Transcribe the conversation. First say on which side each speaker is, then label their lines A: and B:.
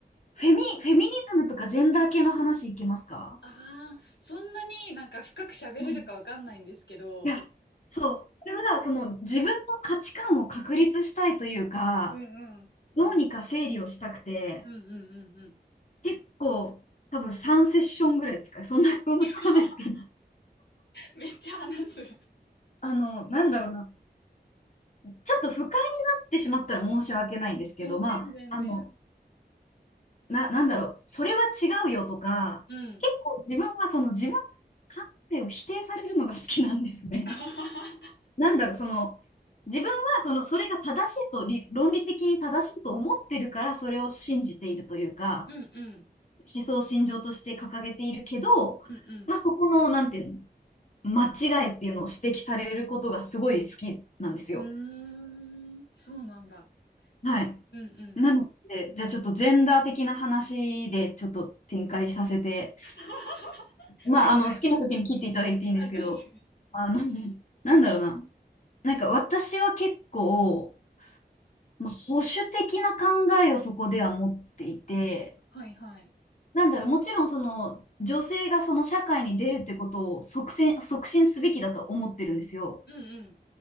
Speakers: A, on the left; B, on the left.
A: フェミ、フェミニズムとかジェンダー系の話いけますか
B: ああ、そんなになんか深く喋れるかわかんないんですけど、
A: うん。いや、そう。これは、その、自分の価値観を確立したいというか、
B: うんうん。
A: どうにか整理をしたくて、
B: うんうんうんうん。
A: 結構、多分3セッションぐらい使う。そんな、そんな使わないですけど。
B: <laughs> めっちゃ話す。
A: あの、なんだろうな。ちょっと不快になってしまったら申し訳ないんですけど、
B: 全然全然。
A: まあ、あの、な、なんだろう、それは違うよとか、
B: うん。
A: 結構自分はその自分の感性を否定されるのが好きなんですね。
B: <laughs>
A: <laughs> なんだろう、その、自分はその、それが正しいと、理論理的に正しいと思ってるから、それを信じているというか、
B: うんうん。
A: 思想信条として掲げているけど、
B: うん
A: まあ、そこの、なんていうの、間違いっていうのを指摘されることがすごい好きなんですよ。
B: うん。うーん。そうなんだ。
A: はい。
B: うんうん。
A: なので、じゃあちょっとジェンダー的な話でちょっと展開させて、
B: <laughs>
A: まあ、
B: はいはい。
A: あの、好きな時に切っていただいていいんですけど、
B: あ、全然
A: あの、<laughs> なんだろうな。なんか私は結構、まあ、保守的な考えをそこでは持っていて、
B: はいはい。
A: なんだろう、もちろんその、女性がその社会に出るってことを促進、促進すべきだと思ってるんですよ。
B: うんうん。